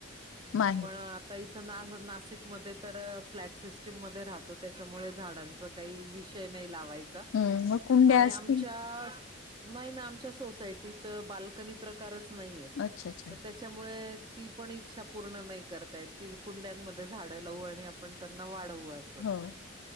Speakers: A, on the left; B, on the right.
A: माहित
B: पण आता इथं ना, नाशिकमध्ये तर फ्लॅट सिस्टीम मध्ये राहतो. त्याच्यामुळे झाडांच काही विषय नाही लावायचा.
A: हम्म मग कुंड्या
B: आणि
A: असतील
B: आमच्या नाही ना, आमच्या सोसायटीत बाल्कनी प्रकारच नाहीये.
A: अच्छा अच्छा
B: तर त्या त्याच्यामुळे ती पण इच्छा पूर्ण नाही. करता येत की, कुंड्यांमध्ये झाड लावू आणि आपण त्यांना वाढवू अस.
A: हो